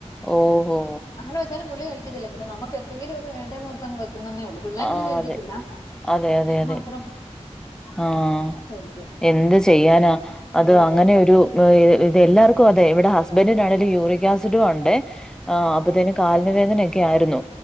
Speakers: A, in the centre; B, on the left.
A: ഓഹോ
B: അങ്ങനെ വെച്ചാലും പുള്ളി കഴിക്കത്തില്ല. പിന്നെ നമക്ക് എന്തെങ്കിലും ഒന്ന് വേണ്ടേന്ന്ഓർത്തങ്ങ് വെക്കുന്നന്നേ ഉള്ളൂ. പിള്ളാരൊന്നും
A: ആ
B: കഴിക്കത്തില്ല
A: അതെ അതെ അതെ
B: ഞാൻ
A: അതെ
B: മാത്രം.
A: ആഹ്
B: കഴിക്കും.
A: എന്ത് ചെയ്യാനാ അത്
B: അതെ, അതെ.
A: അങ്ങനൊ ഒരു. ഇത് എല്ലാർകും അതെ ഇവിടെ ഹസ്ബൻറിനാണേല് യൂറിക് ആസിഡും ഉണ്ട്
B: ആ.
A: അപ്പതേനും. കാലിന് വേദനൊക്കെ ആയിരുന്നു.